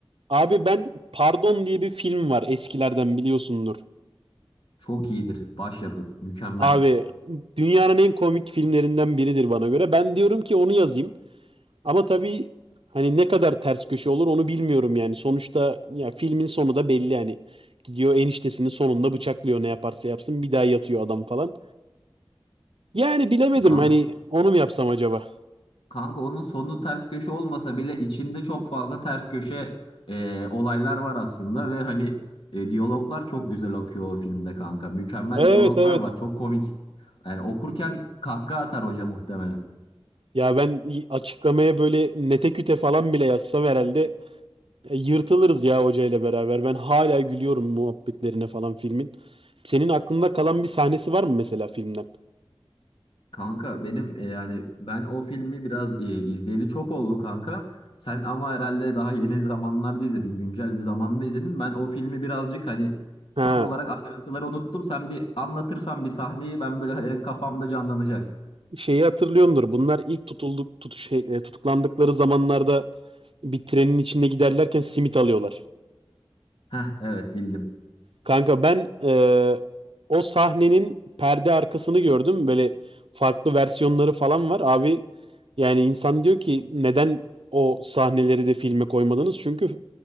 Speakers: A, on the right; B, on the left.
A: Abi ben Pardon diye bir film var eskilerden biliyorsundur.
B: Çok iyidir. Başyapıt. Mükemmel.
A: Abi dünyanın en komik filmlerinden biridir bana göre. Ben diyorum ki onu yazayım. Ama tabii hani ne kadar ters köşe olur onu bilmiyorum yani. Sonuçta ya filmin sonu da belli yani. Gidiyor eniştesinin sonunda bıçaklıyor ne yaparsa yapsın bir daha yatıyor adam falan. Yani bilemedim
B: Kanka,
A: hani onu mu yapsam acaba?
B: kanka onun sonu ters köşe olmasa bile içinde çok fazla ters köşe e, olaylar var aslında ve hani e, diyaloglar çok güzel akıyor o filmde kanka. Mükemmel
A: Evet
B: diyaloglar
A: evet.
B: var. Çok komik. Yani okurken kahkaha atar hoca muhtemelen.
A: Ya ben y- açıklamaya böyle nete küte falan bile yazsam herhalde e, yırtılırız ya hocayla beraber. Ben hala gülüyorum muhabbetlerine falan filmin. Senin aklında kalan bir sahnesi var mı mesela filmden?
B: Kanka benim e, yani ben o filmi biraz e, izleyeli çok oldu kanka. Sen ama herhalde daha yeni zamanlarda izledin, güncel bir zamanda izledin. Ben o filmi birazcık hani
A: Ha.
B: tam olarak ayrıntıları unuttum. Sen bir anlatırsan bir sahneyi ben böyle direkt kafamda canlanacak.
A: şeyi hatırlıyordur. Bunlar ilk tutulduk, tut, şey, e, tutuklandıkları zamanlarda bir trenin içinde giderlerken simit alıyorlar.
B: Heh evet bildim.
A: Kanka ben e, o sahnenin perde arkasını gördüm. Böyle farklı versiyonları falan var. Abi yani insan diyor ki neden o sahneleri de filme koymadınız? Çünkü